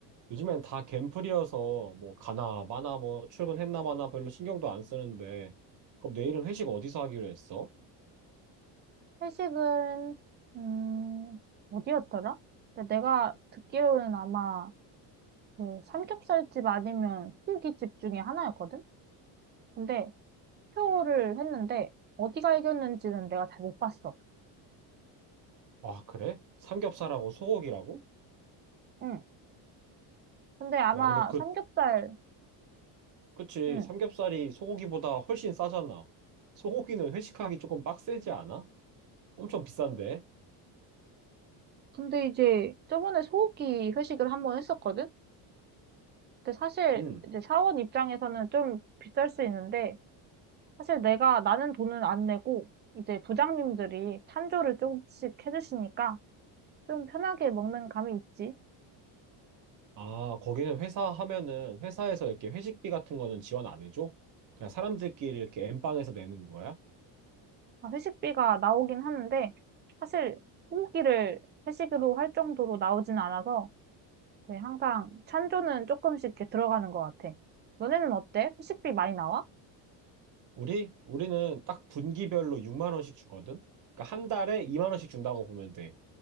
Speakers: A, on the right (about 45°); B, on the right (about 25°).
A: 요즘엔 다 갠플이어서 뭐 가나 마나 뭐 출근했나 마나 별로 신경도 안 쓰는데 그럼 내일은 회식 어디서 하기로 했어?
B: 회식은 음 어디였더라? 근데 내가 듣기로는 아마 그 삼겹살집 아니면 후기집 중에 하나였거든. 근데 투표를 했는데 어디가 이겼는지는 내가 잘 못 봤어.
A: 아, 그래? 삼겹살하고 소고기라고?
B: 응. 근데 아마
A: 와, 근데 그,
B: 삼겹살.
A: 그치.
B: 응.
A: 삼겹살이 소고기보다 훨씬 싸잖아. 소고기는 회식하기 조금 빡세지 않아? 엄청 비싼데?
B: 근데 이제 저번에 소고기 회식을 한번 했었거든. 근데 사실
A: 응.
B: 이제 사원 입장에서는 좀 비쌀 수 있는데 사실 내가 나는 돈은 안 내고 이제 부장님들이 찬조를 조금씩 해주시니까 좀 편하게 먹는 감이 있지.
A: 아, 거기는 회사 하면은 회사에서 이렇게 회식비 같은 거는 지원 안 해줘? 그냥 사람들끼리 이렇게 엠빵에서 내는 거야?
B: 아, 회식비가 나오긴 하는데 사실 소고기를 회식으로 할 정도로 나오진 않아서 네, 항상 찬조는 조금씩 이렇게 들어가는 것 같아. 너네는 어때? 회식비 많이 나와?
A: 우리 우리는 딱 분기별로 6만 원씩 주거든. 그러니까 한 달에 2만 원씩 준다고 보면 돼.